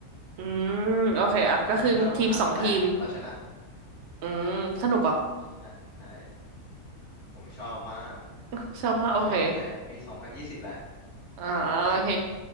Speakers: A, on the right; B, on the left.
A: อืมโอเคอ่ะก็คือทีมสองทีม
B: อืมถ้าสมมติฐานเขาแตกเราชนะ
A: อืมสนุกเหรอ
B: ใช่ผมชอบมาก
A: <laughs> ชอบมากโอเค
B: ผมชอบตั้งแต่ปีสองพันยี่สิบแหละ
A: อ่าโอเค